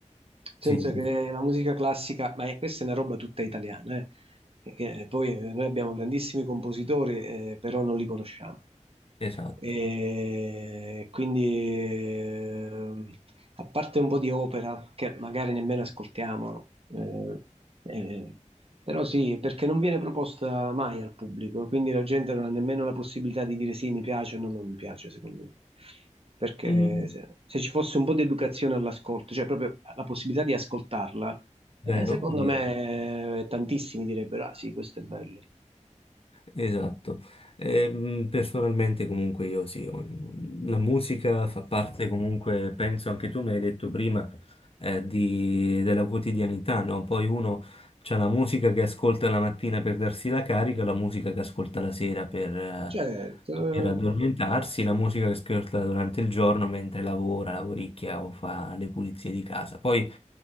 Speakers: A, on the right; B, on the left.
A: senso
B: Sì,
A: che la musica classica, ma è- questa è una roba tutta italiana, eh, che poi eh, noi abbiamo grandissimi compositori, eh, però non li conosciamo.
B: esatto.
A: E quindi, eh, a parte un po' di opera che magari nemmeno ascoltiamo, eh, eh, però sì, perché non viene proposta mai al pubblico, quindi la gente non ha nemmeno la possibilità di dire sì, mi piace o no, non mi piace, secondo me. Perché
B: Mm,
A: se, se ci fosse un po' di educazione all'ascolto, cioè proprio la possibilità di ascoltarla, eh,
B: Vero,
A: secondo
B: vero.
A: me eh, tantissimi direbbero, ah sì, questo è bello.
B: Esatto, Ehm, personalmente comunque io sì, ho- mhmm, la musica fa parte comunque, penso anche tu mi hai detto prima, eh, di- della quotidianità, no? Poi uno c'ha la musica che ascolta la mattina per darsi la carica, la musica che ascolta la sera per, eh,
A: Certo, eh,
B: per addormentarsi, la musica che ascolta durante il giorno mentre lavora, lavoricchia o fa le pulizie di casa. Poi